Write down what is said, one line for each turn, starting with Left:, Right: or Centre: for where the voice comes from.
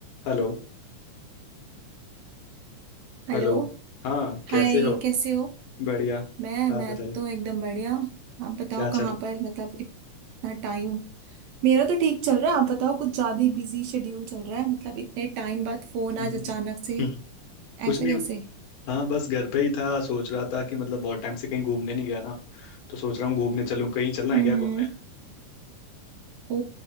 Left: हेलो
Right: हेलो
Left: हेलो हाँ कैसे
Right: हाय
Left: हो
Right: कैसे हो
Left: बढ़िया
Right: मैं
Left: हाँ
Right: मैं
Left: बताइए
Right: तो एकदम बढ़िया आप बताओ
Left: क्या
Right: कहाँ
Left: चल
Right: पर मतलब इतना टाइम मेरा तो ठीक चल रहा है आप बताओ कुछ ज्यादा ही बिजी शेड्यूल चल रहा है मतलब इतने टाइम बाद फोन
Left: हम्म,
Right: आज अचानक से
Left: हम्म। कुछ
Right: ऐसा
Left: नहीं
Right: कैसे
Left: हाँ बस घर पे ही था सोच रहा था कि मतलब बहुत टाइम से कहीं घूमने नहीं गया ना तो सोच रहा हूँ घूमने चलूँ कहीं चलना
Right: हम्म
Left: है क्या घूमने
Right: ओ